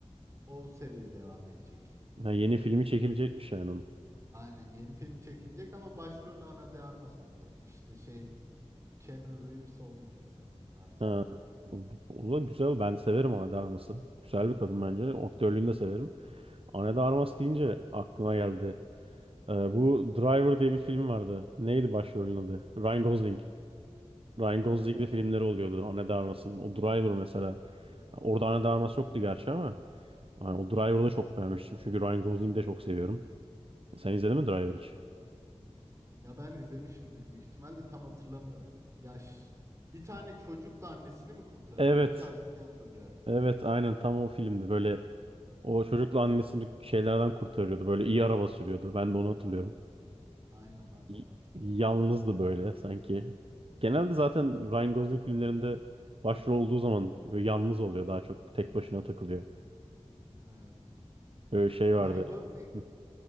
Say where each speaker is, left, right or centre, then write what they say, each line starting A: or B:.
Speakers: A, on the right; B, on the right.
A: O seriye devam edecek.
B: Ha, yeni filmi çekilecekmiş yani onun.
A: Aynen yeni filmi çekilecek ama başrolü Ana de Armas olacak. İşte şey Keanu Reeves olmayacak sanırım artık.
B: Ha. O, o da güzel. Ben severim ona darması. Güzel bir kadın bence. Aktörlüğünü de severim. Ana de Armas deyince aklıma geldi. Ee, bu Driver diye bir film vardı. Neydi başrolün adı? Ryan Gosling. Ryan Gosling'in
A: Evet.
B: de filmleri oluyordu. Ana de Armas'ın. O Driver mesela. Orada Ana de Armas yoktu gerçi ama. yani o Driver'ı da çok beğenmiştim. Çünkü Ryan Gosling'i de çok seviyorum. Sen izledin mi Driver hiç?
A: Ya ben izlemişimdir büyük ihtimalle tam hatırlamıyorum. Ya ş- bir tane çocukla annesini mi kurtarıyordu?
B: Evet.
A: O tarz bir şey hatırlıyorum.
B: Evet aynen tam o filmdi. Böyle o çocukla annesini şeylerden kurtarıyordu. Böyle iyi araba sürüyordu. Ben de onu hatırlıyorum.
A: Aynen ben
B: y-
A: de onu hatırlıyorum.
B: yalnızdı böyle sanki. Genelde zaten Ryan Gosling filmlerinde başrol olduğu zaman böyle yalnız oluyor daha çok tek başına takılıyor.
A: Evet.
B: Böyle şey
A: Ryan
B: vardı.
A: Gosling'in
B: Hı,